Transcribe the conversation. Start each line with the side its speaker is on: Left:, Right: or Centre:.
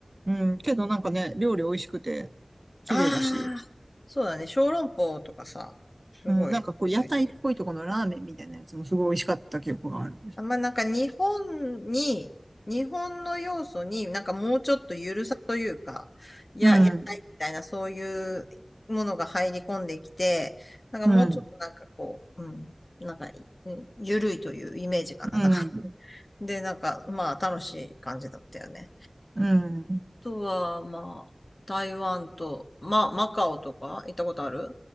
Right: うん、けどなんかね、料理美味しくて、綺麗だし、
Left: ああ、そうだね、小籠包とかさ、すごい美味しい。
Right: うん、なんかこう屋台っぽいとこのラーメンみたいなやつもすごい美味しかった記憶がある。
Left: まあなんか日本に、日本の要素になんかもうちょっとゆるさというか、いや、
Right: うん、
Left: やりたいみたいなそういうものが入り込んできて、なんかもうちょっとなんかこう、
Right: うん、
Left: うん、なんか、うんゆるいというイメージかな。
Right: うん、
Left: <laughs> なんかで、なんかまあ楽しい感じだったよね。
Right: うん。
Left: あとはまあ、台湾と、まあマカオとか行ったことある